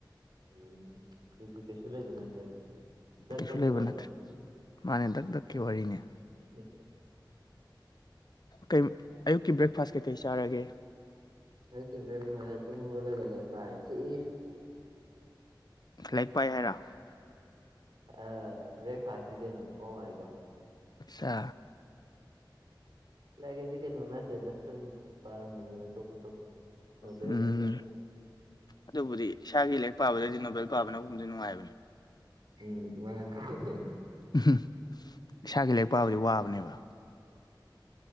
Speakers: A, on the right; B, on the left.
A: ꯎꯝ ꯑꯗꯨꯗꯤ ꯀꯩꯁꯨ ꯂꯩꯕ ꯅꯠꯇ꯭ꯔꯦꯅꯦ ꯗꯛ
B: ꯀꯩꯁꯨ
A: ꯗꯛꯀꯤ
B: ꯂꯩꯕ
A: ꯋꯥꯔꯤꯅꯤ
B: ꯅꯠꯇꯦ ꯃꯥꯅꯦ ꯗꯛ ꯗꯛꯀꯤ ꯋꯥꯔꯤꯅꯦ
A: <unintelligible>
B: ꯀꯩ ꯑꯌꯨꯛꯀꯤ ꯕ꯭ꯔꯦꯛꯐꯥꯁ ꯀꯩꯀꯩ ꯆꯥꯔꯒꯦ
A: ꯑꯌꯨꯛꯀꯤ ꯕ꯭ꯔꯦꯛ ꯐꯥꯁ ꯇꯨꯝ ꯍꯧꯒꯠꯂꯒ ꯂꯥꯏꯔꯤꯛ ꯄꯥꯔꯤ ꯁꯤ ꯏꯁ
B: ꯂꯥꯏꯔꯤꯛ ꯄꯥꯏ ꯍꯥꯏꯔꯣ
A: ꯑ ꯕꯔꯦꯛ ꯐꯥꯁꯅꯤ ꯀꯩꯅꯣ <unintelligible> ꯍꯥꯏꯗꯣ
B: ꯁꯥ
A: ꯂꯥꯏꯔꯤꯛ ꯑꯗꯤ ꯀꯩꯅꯣ ꯅꯠꯇꯦꯗ ꯁꯨꯝ ꯄꯔꯝꯕꯅꯤꯗ ꯑꯇꯣꯞ ꯑꯇꯣꯞꯄ ꯅꯣꯕꯦꯜ
B: ꯎꯝ
A: ꯀꯩꯀꯥ
B: ꯑꯗꯨꯕꯨꯗꯤ ꯏꯁꯥꯒꯤ ꯂꯥꯏꯔꯤꯛ ꯄꯥꯕꯗꯩꯗꯤ ꯅꯣꯕꯦꯜ ꯄꯥꯕꯅꯗꯤ ꯅꯨꯡꯉꯥꯏꯕꯅꯤ
A: ꯎꯝ ꯅꯨꯡꯉꯥꯏ
B: <unintelligible> ꯏꯁꯥꯒꯤ ꯂꯥꯏꯔꯤꯛ ꯄꯥꯕꯗꯤ ꯋꯥꯕꯅꯦꯕ